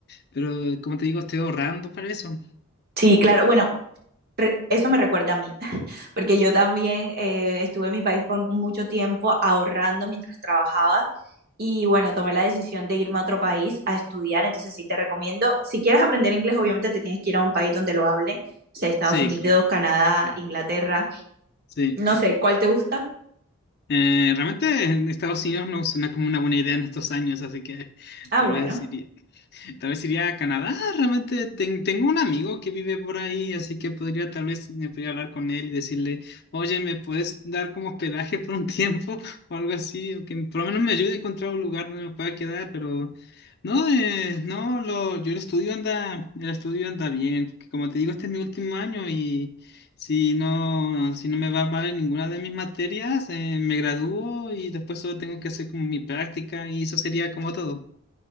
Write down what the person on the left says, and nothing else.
pero como te digo, estoy ahorrando para eso.
Sí,
co-
sí,
sí.
Eh, realmente en Estados Unidos no suena como una buena idea en estos años, así que
tal
vez iría. Tal vez iría a Canadá. Realmente ten- tengo un amigo que vive por ahí, así que podría tal vez me podría hablar con él y decirle, oye, ¿me puedes dar como hospedaje por un tiempo <laughs> o algo así? O que por lo menos me ayude a encontrar un lugar donde me pueda quedar, pero no, eh, no, lo, yo el estudio anda, el estudio anda bien. porque Como te digo, este es mi último año y si no, si no me va mal en ninguna de mis materias, eh, me gradúo y después solo tengo que hacer como mi práctica y eso sería como todo.